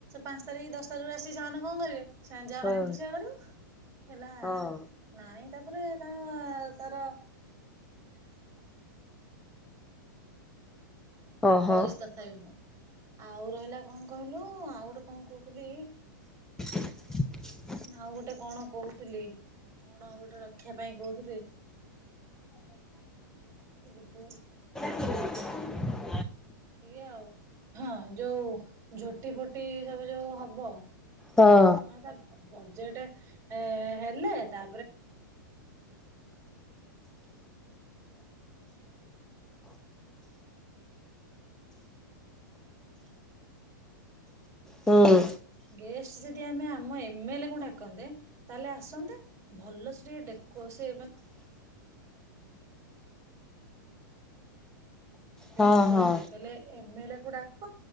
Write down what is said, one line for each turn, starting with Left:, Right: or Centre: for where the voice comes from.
Right: ପାଞ୍ଚ ତାରିଖ ଦଶ ତାରିଖରୁ ଆସିକି ସେମାନେ କଣ କରିବେ ସେମାନେ ଯାହା
Centre: ହଁ
Right: କରିବେ ତୁ ସେଇଆ କରିବୁ ହେଲା
Centre: ହଁ।
Right: ନାଇଁ ତାପରେ ତା ତାର
Centre: ଓହୋ।
Right: କହିଛି ତଥାପି ଆଉ ରହିଲା କଣ କହିଲୁ ଆଉ ଗୋଟେ କଣ କହୁଥିଲି
Centre: <unintelligible>
Right: ଆଉ ଗୋଟେ କଣ କହୁଥିଲି କଣ ଆଉ ଗୋଟେ ରକ୍ଷା ପାଇଁ କହୁଥିଲି <inaudible>
Centre: <unintelligible>
Right: ଇଏ ଆଉ ହଁ ଯୋଉ ଝୋଟି <unintelligible>
Centre: ହଁ
Right: ବଜେଟ ହେଲେ ତା
Centre: ହୁଁ
Right: ଗେଷ୍ଟ ଯଦି ଆମେ ଆମ ଏମଏଲ କୁ ଡାକନ୍ତେ ତାହେଲେ ଆସନ୍ତେ ଭଲ ପ୍ରମେ ସେ
Centre: ହଁ
Right: ମୁଁ କହୁଥିଲେ
Centre: ହଁ
Right: କହଲେ ଏମଏଲେ କୁ ଡାକ